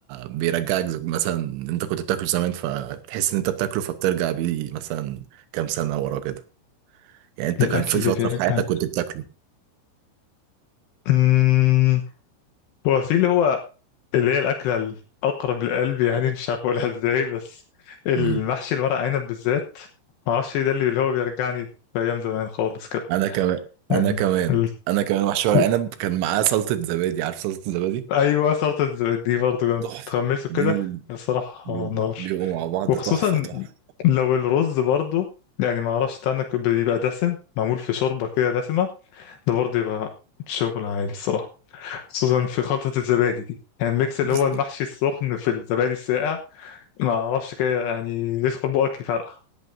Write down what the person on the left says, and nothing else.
الأكل
اللي
بيرجع
مم. هو في اللي هو اللي هي الأكلة الأقرب للقلب يعني مش عارف أقولها ازاي بس المحشي
الورق عنب بالذات معرفش ايه ده اللي اللي هو بيرجعني لأيام زمان خالص كده
يعني
ال...
ال-
أيوه صارت دي برضه جامدة
تتغمسوا
كده الصراحة
نار
وخصوصا
لو الرز برضو يعني ما اعرفش ده انا بيبقى دسم معمول في شوربه كده دسمه ده برضه يبقى شغل عالي الصراحه خصوصا في خلطه الزبادي دي يعني الميكس اللي
هو المحشي السخن في الزبادي الساقع ما اعرفش كده يعني يدخل بقك يفرقع